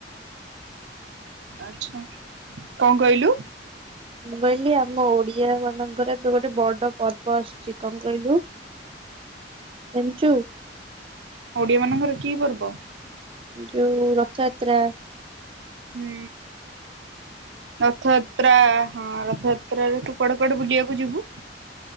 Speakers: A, on the right (about 80°); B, on the right (about 30°).
A: ଆଛା କଣ କହିଲୁ?
B: ମୁଁ କହିଲି ଆମ ଓଡିଆ ମାନଙ୍କର ଏବେ ଗୋଟେ ବଡ ପର୍। ବସ୍ ଚି କଣ କହିଲୁ? ଜାଣିଛୁ
A: ଓଡିଆ ମାନଙ୍କର କି ପର୍ବ?
B: ଯୋଉ ରଥଯାତ୍ରା।
A: ହୁଁ। ରଥଯାତ୍ରା ହଁ ରଥଯାତ୍ରାରେ, ତୁ କୁଆଡେ କୁଆଡେ ବୁଲିବାକୁ ଯିବୁ?